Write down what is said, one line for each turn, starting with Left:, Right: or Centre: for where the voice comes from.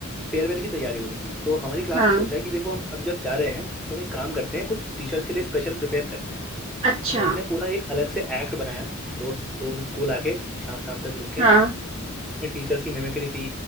Centre: फेयरवेल की तैयारी हो रही थी तो हमारी क्लास
Right: हाँ
Centre: ने सोचा कि देखो हम अब जब जा रहे हैं तो हम एक काम करते हैं कुछ टीचर्स के लिए स्पेशल प्रिपेयर करते हैं
Right: अच्छा
Centre: तो हमने पूरा एक अलग से एक्ट बनाया रोज रोज स्कूल आके शाम शाम तक रुक के
Right: हाँ
Centre: इसमें टीचर्स की मिमिक्री थी